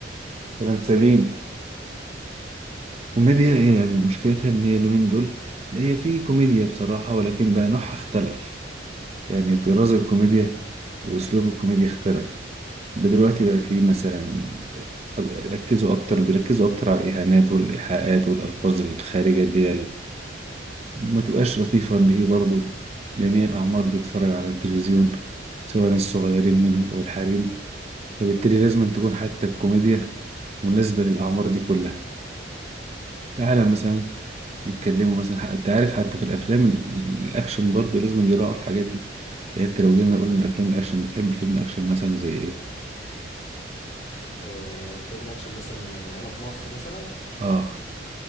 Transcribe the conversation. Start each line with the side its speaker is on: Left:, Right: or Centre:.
Right: كلام سليم كوميديا إيه يعني مشكلتها إن هي اليومين دول اللي هي في كوميديا بصراحة ولكن بقى نوعها اختلف يعني طراز الكوميديا وأسلوب الكوميديا اختلف دلوقتي بقى في مثلا ركزوا أكتر بيركزوا أكتر على الإهانات والإيحاءات والألفاظ الخارجة دي ما تبقاش لطيفة إن هي برضه جميع الأعمار بيتفرج على التلفزيون سواء الصغيرين منهم أو الحريم فبالتالي لازم تكون حتى الكوميديا مناسبة للأعمار دي كلها تعالى مثلا نتكلموا مثلا ح- أنت عارف حتى في الأفلام ال- الأكشن برضه لازم يراعوا الحاجات دي يعني أنت لو جينا قلنا الأفلام الأكشن بتحب فيلم أكشن مثلا زي إيه؟
Left: آه، فيلم اكشن مثلا آه، هنا في مصر مثلا
Right: آه